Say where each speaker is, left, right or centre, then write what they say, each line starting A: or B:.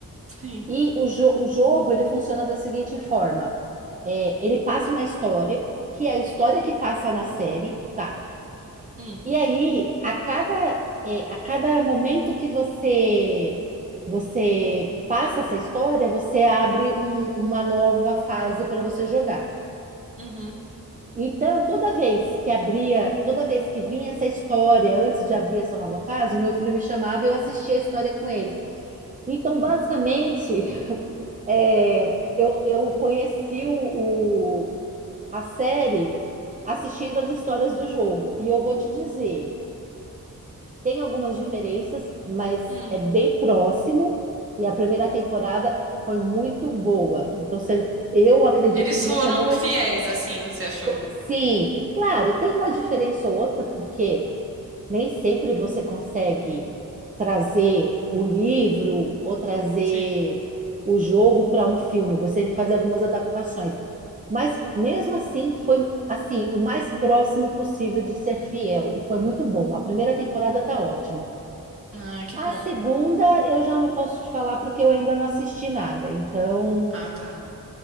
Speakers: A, on the right; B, on the right.
A: Sim.
B: e o, jo o jogo, ele funciona da seguinte forma. É, ele passa uma história, que é a história que passa na série, tá?
A: Hum,
B: E aí, a cada, eh, a cada momento que você você passa essa história, você abre um- uma nova fase para você jogar.
A: uhum,
B: Então, toda vez que abria, toda vez que vinha essa história, antes de abrir essa nova fase, o meu filho me chamava e eu assistia a história com ele. Então, basicamente, <laughs> eh, eu, eu conheci o, o- a série assistindo as histórias do jogo. E eu vou te dizer. Tem algumas diferenças, mas
A: hum.
B: é bem próximo. E a primeira temporada foi muito boa. Então, você- eu acredito
A: Eles
B: que
A: foram
B: você não vai.
A: fiéis,
B: se-
A: assim, você achou?
B: Pô, Sim, claro, tem uma diferença ou outra, porque nem sempre você consegue trazer o livro ou trazer
A: Sim.
B: o jogo para um filme. Você tem que fazer algumas adaptações. Mas mesmo assim, foi assim, o mais próximo possível de ser fiel. E foi muito bom. A primeira temporada tá ótima.
A: Ah, que
B: A
A: bom.
B: segunda eu já não posso te falar porque eu ainda não assisti nada. Então,
A: Ah, tá.